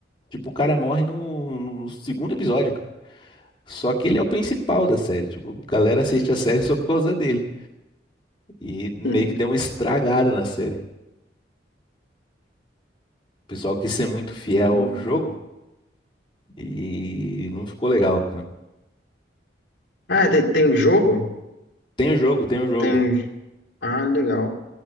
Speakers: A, on the left (about 25°); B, on the left (about 75°).
A: tipo, o cara morre no, no segundo episódio, cara. Só que ele é o principal da série. Tipo, a galera assiste a série só por causa dele. E meio
B: <laughs>
A: que deu uma estragada na série. O pessoal quis ser muito fiel
B: Uhum.
A: ao jogo e não ficou legal, cara.
B: Ah, tem, tem um jogo?
A: Tem o jogo, tem o jogo,
B: Tem. Ah, legal.